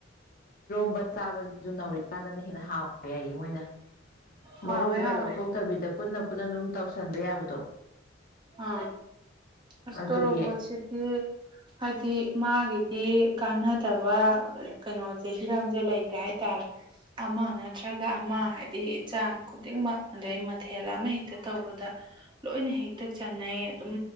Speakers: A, on the left (about 50°); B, on the right (about 25°).
A: ꯎꯔ ꯆꯥꯕꯁꯤꯁꯨ ꯅꯧꯔꯤꯀꯥꯟꯗꯅ ꯍꯦꯟꯅ ꯍꯥꯎꯕ ꯌꯥꯏꯌꯦ ꯃꯣꯏꯅ
B: ꯍꯥꯎꯋꯦ
A: ꯃꯔꯨꯒ
B: ꯍꯥꯎꯋꯦ
A: ꯂꯧꯊꯣꯛꯇꯕꯤꯗ ꯄꯨꯟꯅ ꯄꯨꯟꯅ ꯑꯗꯨꯝ ꯇꯧꯁꯟꯕ ꯌꯥꯕꯗꯣ
B: ꯑ ꯐꯁꯇꯣꯔꯕꯨ
A: ꯑꯗꯨꯒꯤ
B: ꯁꯤꯗꯤ ꯍꯥꯏꯗꯤ ꯃꯥꯒꯤꯗꯤ ꯀꯥꯟꯅꯗꯕ ꯀꯩꯅꯣꯁꯦ ꯁꯤꯔꯁꯦ ꯂꯩꯇꯦ ꯍꯥꯏꯇꯥꯔꯦ ꯑꯃ ꯅꯠꯇ꯭ꯔꯒ ꯑꯃ ꯍꯥꯏꯗꯤ ꯌꯦꯟꯖꯥꯡ ꯈꯨꯗꯤꯡꯃꯛ ꯑꯗꯩ ꯃꯊꯦꯜ ꯑꯃ ꯍꯦꯛꯇ ꯇꯧꯕꯗ ꯂꯣꯏꯅ ꯍꯦꯛꯇ ꯆꯥꯟꯅꯩ ꯑꯗꯨꯝ